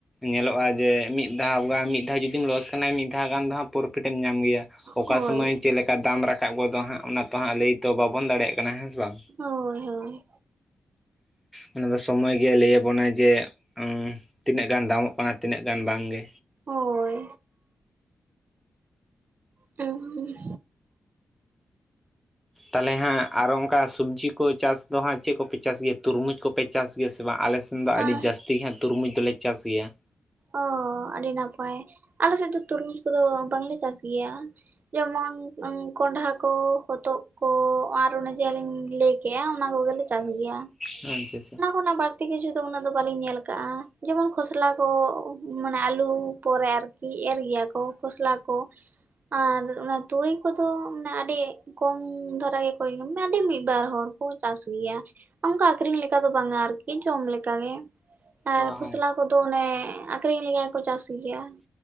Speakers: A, in the centre; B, on the right.
A: ᱧᱮᱞᱚᱜᱼᱟ ᱡᱮ ᱢᱤᱫ ᱫᱷᱟᱣ ᱜᱟᱱ ᱢᱤᱫ ᱫᱷᱟᱣ ᱡᱩᱫᱤᱢ ᱞᱚᱥ ᱠᱷᱟᱱᱮᱢ ᱢᱤᱫ ᱫᱷᱟᱼᱼ ᱫᱷᱟᱣ ᱜᱟᱱ ᱫᱚ ᱦᱟᱸᱜ ᱯᱨᱚᱯᱷᱤᱴ ᱮᱢ ᱧᱟᱢ ᱜᱮᱭᱟ ᱚᱠᱟ
B: ᱦᱳᱭ
A: ᱥᱚᱢᱚᱭ ᱪᱮᱫ ᱞᱮᱠᱟᱼᱼ ᱞᱮᱠᱟ ᱫᱟᱢ ᱨᱟᱠᱟᱵ ᱜᱚᱫᱚᱜ ᱟᱦᱟᱸᱜ ᱚᱱᱟ ᱛᱚᱦᱟᱸᱜ ᱞᱟᱹᱭ ᱛᱚ ᱵᱟᱵᱚᱱ ᱫᱟᱲᱮᱭᱟᱜ ᱠᱟᱱᱟ ᱦᱮᱸ ᱥᱮ ᱵᱟᱝ᱾
B: ᱦᱳᱭ-ᱦᱳᱭ ᱾
A: ᱚᱱᱟ ᱫᱚ ᱥᱚᱢᱚᱭ ᱜᱮ ᱞᱟᱹᱭᱟᱵᱚᱱᱟᱭ ᱡᱮᱼᱼ ᱩᱸ ᱛᱤᱱᱟᱹᱜ ᱜᱟᱱ ᱫᱟᱢᱚᱜ ᱠᱟᱱᱟ ᱛᱤᱱᱟᱹᱜ ᱜᱟᱱ ᱵᱟᱝᱜᱮ?
B: ᱦᱳᱭ ᱾ ᱦᱩᱸ᱾
A: ᱛᱟᱦᱚᱞᱮ ᱦᱟᱸᱜ ᱟᱨᱚ ᱚᱱᱠᱟ ᱥᱚᱵᱽᱡᱤ ᱠᱚ ᱪᱟᱥ ᱫᱚ ᱦᱟᱸᱜ ᱪᱮᱫ ᱠᱚᱯᱮ ᱪᱟᱥ ᱜᱮᱭᱟ ᱛᱩᱨᱢᱩᱡᱽ ᱠᱚᱯᱮᱼᱼ ᱪᱟᱥ ᱜᱮᱭᱟ ᱥᱮ ᱵᱟᱝ ᱟᱞᱮ ᱥᱮᱱ ᱫᱚ ᱟᱹᱰᱤ
B: ᱟᱨ
A: ᱡᱟᱹᱥᱛᱤ ᱜᱮ ᱦᱟᱸᱜ ᱛᱩᱨᱢᱩᱡᱽ ᱫᱚᱞᱮ ᱪᱟᱥ ᱜᱮᱭᱟ ᱾
B: ᱚ ᱟᱹᱰᱤ ᱱᱟᱯᱟᱭ ᱟᱞᱮ ᱥᱮᱫ ᱫᱚ ᱛᱩᱨᱢᱩᱡᱽ ᱠᱚᱫᱚ ᱵᱟᱝᱞᱮ ᱪᱟᱥ ᱜᱮᱭᱟ ᱾ ᱡᱮᱢᱚᱱ ᱠᱚᱸᱰᱷᱟ ᱠᱚ ᱦᱚᱛᱚᱫ ᱠᱚ ᱟᱨ ᱚᱱᱮ ᱡᱮᱧ ᱞᱟᱹᱭ ᱠᱮᱫ᱾ ᱠᱮᱼᱟ ᱚᱱᱟ ᱠᱚᱜᱮᱞᱮ ᱪᱟᱥ ᱜᱮᱭᱟ ᱾
A: ᱟᱪᱷᱟ-ᱟᱪᱷᱟ᱾
B: ᱚᱱᱟ ᱵᱟᱹᱲᱛᱤ ᱠᱤᱪᱷᱩ ᱫᱚ ᱩᱱᱟᱹᱜ ᱫᱚ ᱵᱟᱟᱹᱞᱤᱧ ᱧᱮᱞ ᱟᱠᱟᱜᱼᱟ ᱡᱮᱢᱚᱱ ᱠᱷᱚᱥᱞᱟ ᱠᱚ ᱢᱟᱱᱮ ᱟᱞᱩ ᱯᱚᱨᱮ ᱟᱨᱠᱤ ᱠᱤ ᱮᱨ ᱜᱮᱭᱟ ᱠᱚ ᱠᱷᱚᱥᱞᱟ ᱠᱚᱼᱼ ᱟᱨ ᱚᱱᱟ ᱛᱩᱲᱤ ᱠᱚᱫᱚ ᱢᱟᱱᱮ ᱟᱹᱰᱤ ᱠᱚᱢ ᱫᱷᱟᱨᱟ ᱜᱮᱠᱚ ᱢᱟᱱᱮ ᱟᱹᱰᱤ ᱢᱤᱫ ᱵᱟᱨ ᱦᱚᱲ᱾ ᱠᱚ ᱪᱟᱥ ᱜᱮᱭᱟ ᱟᱱᱠᱟ ᱟᱠᱷᱨᱤᱧ ᱞᱮᱠᱟ ᱫᱚ ᱵᱟᱝᱟ ᱟᱨᱠᱤ ᱡᱚᱢ ᱞᱮᱠᱟᱜ ᱜᱮ, ᱟᱨ
A: ᱚ
B: ᱠᱷᱚᱥᱞᱟ
A: ᱦᱚᱸ
B: ᱠᱚᱫᱚ ᱚᱱᱮ ᱟᱠᱷᱨᱤᱧ ᱞᱮ ᱞᱮᱠᱟ ᱠᱚ ᱪᱟᱥ ᱜᱮᱭᱟ᱾